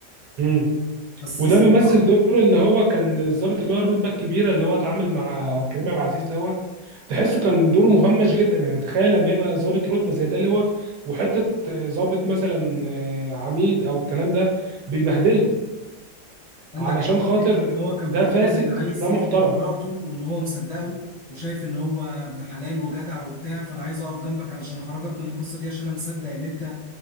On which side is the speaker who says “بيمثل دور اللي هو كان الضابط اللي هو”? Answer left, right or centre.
Right